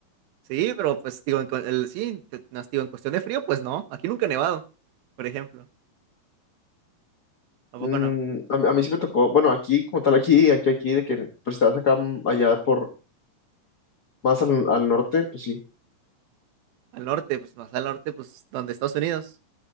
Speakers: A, on the right (about 85°); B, on the left (about 80°).
A: sí, pero pues, digo, en, cu- el, sí, te- no, digo, en cuestión de frío, pues no, aquí nunca ha nevado, por ejemplo. Tampoco
B: Mm,
A: no.
B: a, mí a mí sí me tocó, bueno, aquí como tal, aquí, aquí, aquí, de que pues si te vas acá mm, allá por más al, al norte, pues sí.
A: Al norte, pues más al norte, pues, donde Estados Unidos.